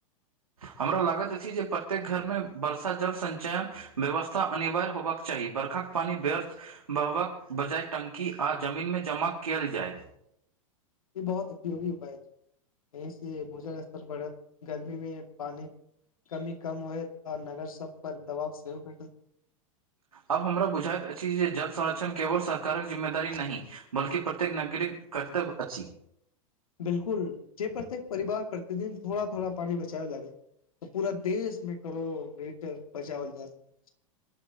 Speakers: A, on the right; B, on the left.
A: हमरा लागैत अछि जे प्रत्येक घर में वर्षा जल संचयन व्यवस्था अनिवार्य होयबाक चाही बरखाक पानी व्यर्थ बहबाक बजाय टंकी आ जमीन में जमा कैल जाय
B: ई बहुत उपयोगी उपाय एहि से भूजल स्तर बढ़त गर्मी में पानी केँ कमी कम होयत आ नगर सब पर दबाव सेहो भेटत-
A: आब हमरा बुझैत अछि जे जल संरक्षण केवल सरकारक जिम्मेदारी नही बल्कि प्रत्येक नागरिक कर्तव्य अछि
B: बिल्कुल जे प्रत्येक परिवार प्रतिदिन थोड़ा थोड़ा पानी बचाबै लागे तऽ पूरा देश में करोड़ लीटर बचावल जा सकत